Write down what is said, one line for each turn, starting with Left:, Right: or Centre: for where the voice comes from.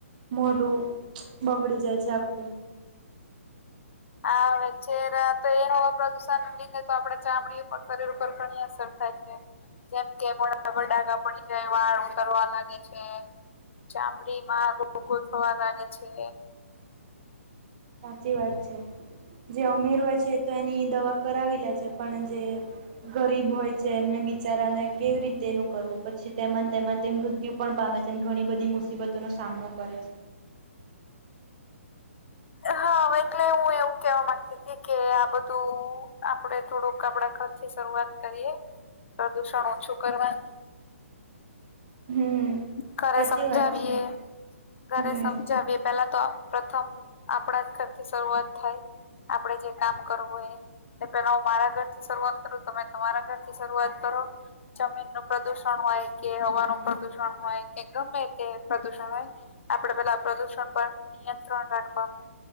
Right: મોઢું બગડી જાય છે આખું.
Left: હા અવે ચેહરા તો એ હવા પ્રદુષણ લીધે તો આપડ ચામડી પર શરીર ઉપર ઘણી અસર થાય છે. જેમ કે મોડા પર ડાકા પડી જાય, વાળ ઉતરવા લાગે છે. ચામડીમાં રોગો થવા લાગે છે.
Right: સાચી વાત છે જે અમીર હોય છે, તો એની દવા કરાવી લે છે પણ જે ગરીબ હોય છે એમને બિચારાને કેવી રીતે એનું કરવું પછી તેમાં તેમાં તેમ મૃત્યુ ત્યુ પણ પામે છે અને ઘણી બધી મુસીબતો નો સામનો કરે છે.
Left: હા, હવે એટલે હું એવું કેવા માંગતી હતી કે આ બધું આપડે થોડુંક આપડા ખરથી શરૂઆત કરીએ પ્રદુષણ ઓછું કરવાનું.
Right: હમ.
Left: ઘરે
Right: સાચી
Left: સમજાવીએ
Right: વાત છે
Left: ઘરે
Right: હમ
Left: સમજાવીએ. પહેલા તો આ પ્રથમ આપણા ઘરથી શરૂઆત થાય આપડે જે કામ કરવુંએ તો પહેલાં હું મારા ઘર થી શરૂઆત કરું તમે તમારા ઘર થી શરુઆત કરો જમીનનું પ્રદુષણ હોય કે હવાનું પ્રદુષણ હોય કે ગમે કે પ્રદુષણ હોય. આપડે બધા પ્રદુષણ પર નિયંત્રણ રાખવાનુ